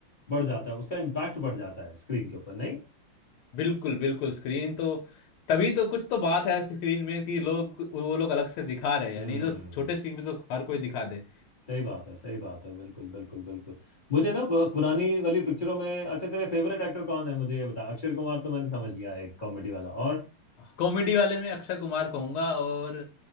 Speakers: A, on the left; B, on the left.
A: बढ़ जाता है उसका इम्पैक्ट बढ़ जाता है स्क्रीन के ऊपर नहीं
B: बिल्कुल बिल्कुल स्क्रीन तो तभी तो कुछ तो बात है स्क्रीन में कि लोग वो लोग अलग से दिखा रहे
A: हम्म
B: हैं नहीं तो छोटे स्क्रीन पे तो हर कोई दिखा दे
A: सही बात है सही बात है बिल्कुल बिल्कुल बिल्कुल मुझे ना प- पुरानी वाली पिक्चरों में अच्छा तेरे फेवरेट एक्टर कौन है मुझे ये बता अक्षय कुमार तो मैंने समझ लिया एक कॉमेडी वाला और
B: कॉमेडी वाले में अक्षय कुमार कहूंगा और